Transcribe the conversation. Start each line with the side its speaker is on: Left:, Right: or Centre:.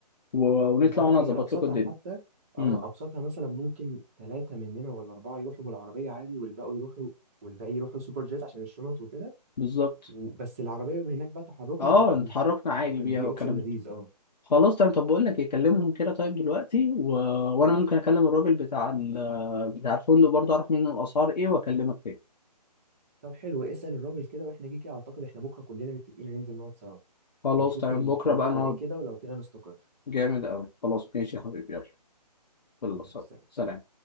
Left: و- ونطلع
Right: انت عارف
Left: وانا
Right: هي
Left: اظبط
Right: ابسطها
Left: لكم الدنيا
Right: حتى اه
Left: امم
Right: ابسطها مثلا ممكن ثلاثه مننا ولا اربعه يروحوا بالعربيه عادي والباقي يروحوا والباقي يروحوا سوبر جيت عشان الشنط وكده
Left: بالظبط
Right: وبس العربيه يبقى هناك بقى تحركنا
Left: اه
Right: تبقى بيها
Left: اتحركنا
Right: اعتقد
Left: عادي بيها
Right: دي
Left: والكلام
Right: اوبشن لذيذ اه
Left: خلاص تمام طب بقول لك ايه كلمهم كده طيب دلوقتي و... وانا ممكن اكلم الراجل بتاع ال... بتاع الفندق برضه اعرف منه الاسعار ايه واكلمك تاني
Right: طب حلو اسال الراجل كده واحنا كده كده اعتقد احنا بكره كلنا متفقين هننزل نقعد سوا
Left: خلاص
Right: نشوف
Left: تمام
Right: الكلام
Left: بكره بقى
Right: على
Left: نقعد
Right: ايه كده ولو كده نستقر
Left: جامد قوي خلاص ماشي يا حبيبي يلا يلا
Right: خلاص
Left: سلام